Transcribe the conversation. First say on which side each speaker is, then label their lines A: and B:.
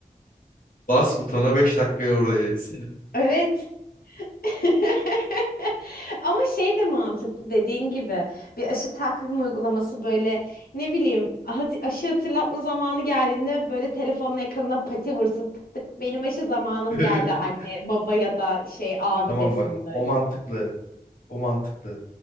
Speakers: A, on the left (about 65°); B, on the left (about 80°).
A: Bas butona beş dakikaya oradayız.
B: Evet. <laughs> Ama şey de mantıklı dediğin gibi bir aşı takvim uygulaması böyle ne bileyim ah- aşı hatırlatma zamanı geldiğinde böyle telefonun ekranına pati vursun tık tık benim aşı zamanım
A: <laughs>
B: geldi anne baba ya da şey abi
A: Tamam
B: desin
A: bak o mantıklı. O mantıklı.